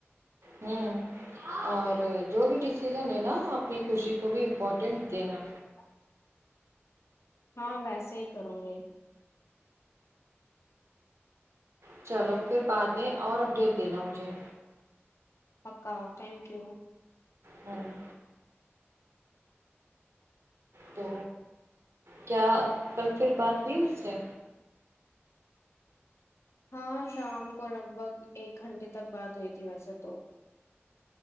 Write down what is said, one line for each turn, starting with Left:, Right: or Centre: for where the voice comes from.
Right: ہوں اور جو بھی ڈسیزن ہے نا اپنی خوشی کو بھی امپورٹنٹ دینا
Left: <inaudible> ہاں ویسے ہی کروں گی
Right: چلو پھر بعد میں اور اپڈیٹ دینا مجھے
Left: پکا تھانک یو
Right: ہوں تو کیا کل پھر بات ہوئی اس سے
Left: ہاں شام کو لگ بھگ ایک گھنٹے تک بات ہوئی تھی ویسے تو